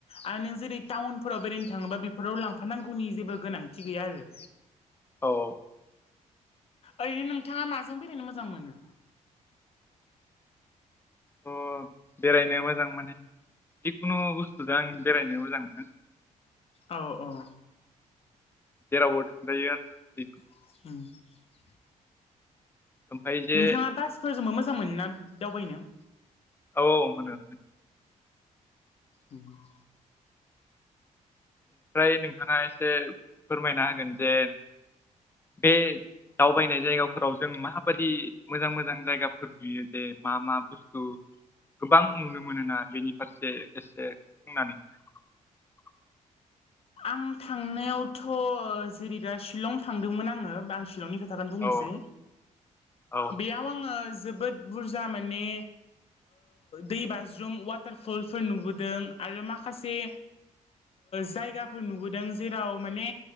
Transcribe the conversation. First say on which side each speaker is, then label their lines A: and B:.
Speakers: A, on the left; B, on the left.
A: आरो नों जेरै टाउनफोराव बेरायनो थाङोबा बेफोराव लांफानांगौनि जेबो गोनांथि गैया आरो
B: औ
A: ओरैनो नोंथाङा माजों बेरायनो मोजां मोनो
B: अ बेरायनो मोजां माने जिखुनु बुस्थुजों आं बेरायनो मोजां मोनो
A: औ औ
B: जेरावबो थांजायो आरो
A: <unintelligible>
B: ओमफ्राय जे
A: नोंथाङा बासफोरजोंबो मोजां मोनो ना दावबायनो
B: औ औ मोनो
A: उम
B: ओमफ्राय नोंथाङा एसे फोरमायना होगोन जे बे दावबायनाय जायगाफोराव जों माबादि मोजां मोजां जायगाफोर नुयो जे मा मा बुस्थु गोबां नुनो मोनोना बेनि फारसे एसे बुंनानै होनोलाय
A: आं थांनायावथ' जेरै दा शिलं थांदोंमोन आङो आं शिलंनि खोथा खोनो बुंनोसै
B: होलाय औ औ
A: बेयाव आङो जोबोद बुरजा माने दै बाज्रुम वाटारफलफोर नुबोदों आरो माखासे जायगा फोर नुबोदों जेराव माने